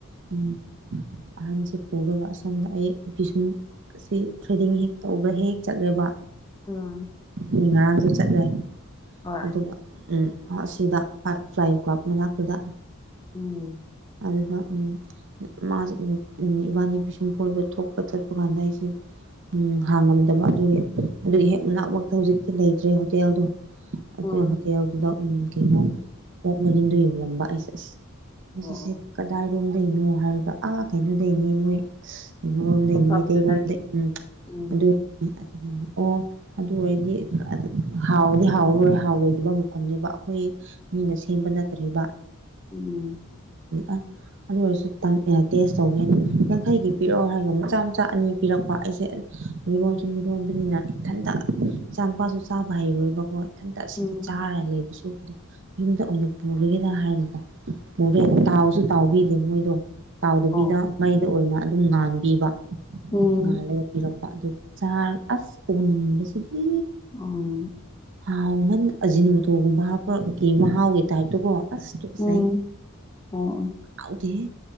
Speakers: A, on the right; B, on the left.
A: ꯎꯝ꯫ ꯑꯍꯟꯁꯦ ꯄꯨꯔꯒ ꯑꯁꯣꯝꯗ ꯑꯩ ꯅꯨꯄꯤꯁꯨꯡ꯫ ꯑꯁꯤ ꯊ꯭ꯔꯦꯗꯤꯡ ꯍꯦꯛ ꯇꯧꯕ ꯍꯦꯛ ꯆꯠꯂꯦꯕ꯫
B: ꯎꯝ꯫
A: ꯃꯤ ꯉꯔꯥꯡꯁꯨ ꯆꯠꯂꯦ
B: ꯍꯣꯏ
A: ꯑꯗꯨꯒ ꯎꯝ ꯑꯁꯤꯗ꯫ ꯐ꯭ꯂꯥꯏꯌꯤꯡ ꯀ꯭ꯂꯕ ꯃꯅꯥꯛꯇꯨꯗ꯫
B: ꯎꯝ꯫
A: ꯑꯗꯨꯗ ꯎꯝ꯫ ꯃꯥ ꯏꯕꯥꯅꯤ ꯄꯤꯁꯨꯝ ꯐꯣꯏꯕ ꯊꯣꯛꯄ ꯆꯠꯄ ꯀꯥꯟꯗ ꯑꯩꯁꯦ꯫ ꯎꯝ ꯍꯥꯡꯉꯝꯗꯕ ꯑꯗꯨꯒꯤ ꯑꯗꯨꯒꯤ ꯍꯦꯛ ꯃꯅꯥꯛ ꯃꯛꯇ ꯍꯧꯖꯤꯛꯇꯤ ꯂꯩꯇ꯭ꯔꯦ ꯍꯣꯇꯦꯜꯗꯣ꯫ ꯑꯗꯨ
B: ꯎꯝ ꯎꯝ
A: ꯍꯣꯇꯦꯜꯗꯨꯗ ꯎꯝ ꯀꯩꯅꯣ꯫ ꯄꯣꯛ ꯃꯔꯤꯟꯗꯣ ꯌꯣꯂꯝꯕ ꯑꯩꯁꯦ ꯑꯁ ꯃꯁꯤꯁꯦ꯫
B: ꯑꯣ ꯑꯣ
A: ꯀꯗꯥꯏꯔꯣꯝꯗꯩꯅꯣ ꯍꯥꯏꯔꯒ ꯑꯥ ꯀꯩꯅꯣꯗꯩꯅꯤ ꯃꯣꯏ꯫ ꯏꯃꯣꯝꯗꯩꯗꯤ
B: ꯃꯐꯝꯗꯨꯗꯒꯤ
A: ꯃꯩꯇꯩꯔꯣꯝꯗ ꯎꯝ
B: ꯎꯝ
A: ꯑꯗꯨꯏꯅꯤ ꯑꯗꯨ ꯑꯣ꯫ ꯑꯗꯨ ꯑꯣꯏꯔꯗꯤ ꯍꯥꯎꯗꯤ ꯍꯥꯎꯔꯔꯣꯏ ꯍꯥꯎꯔꯣꯏꯗꯕ ꯃꯐꯝꯅꯦꯕ ꯑꯩꯈꯣꯏ꯫ ꯃꯤꯅ ꯁꯦꯝꯕ ꯅꯠꯇ꯭ꯔꯦꯔꯤꯕ꯫
B: ꯎꯝ
A: ꯑ ꯑꯗꯨ ꯑꯣꯏꯔꯁꯨ ꯇꯦꯁ ꯇꯧꯒꯦꯅ ꯌꯥꯡꯈꯩꯒꯤ ꯄꯤꯔꯛꯑꯣ ꯍꯥꯏꯔꯒ ꯃꯆꯥ ꯃꯆꯥ ꯑꯅꯤ ꯄꯤꯔꯛꯄ ꯑꯩꯁꯦ ꯃꯤꯔꯣꯟꯁꯨ ꯃꯤꯔꯣꯟꯕꯅꯤꯅ ꯏꯊꯟꯇ ꯏꯆꯥ ꯅꯨꯄꯥꯁꯨ ꯆꯥꯕ ꯍꯩꯔꯣꯏꯕꯀꯣ ꯏꯊꯟꯇ ꯑꯁꯤꯗ
B: ꯎꯝ
A: ꯆꯥꯔ ꯂꯩꯕꯁꯨ ꯌꯨꯝꯗ ꯑꯣꯏꯅ ꯄꯨꯔꯒꯦꯗ ꯍꯥꯏꯔꯗꯣ ꯄꯨꯔꯦ ꯇꯥꯎꯁꯨ ꯇꯥꯎꯕꯤꯗꯦ ꯃꯣꯏꯗꯣ ꯇꯥꯎꯗꯕꯤꯗ
B: ꯑꯣ
A: ꯃꯩꯗ ꯑꯣꯏꯅ ꯑꯗꯨꯝ ꯉꯥꯟꯕꯤꯕ
B: ꯎꯝ
A: ꯉꯥꯜꯂꯒ ꯄꯤꯔꯛꯄ ꯑꯗꯨ ꯆꯥꯔ ꯑꯁ ꯎꯅꯤꯡꯕꯁꯤꯗꯤ
B: ꯎꯝ
A: ꯍꯥꯎꯃꯟ ꯑꯖꯤꯟꯃꯣꯇꯣꯒꯨꯝꯕ ꯍꯥꯞꯄꯒꯤ ꯃꯍꯥꯎꯒꯤ ꯇꯥꯏꯞꯇꯀꯣ ꯑꯁ ꯇꯨꯀꯠꯆꯩ
B: ꯎꯝ ꯑꯣ
A: ꯍꯥꯎꯇꯦꯍꯦ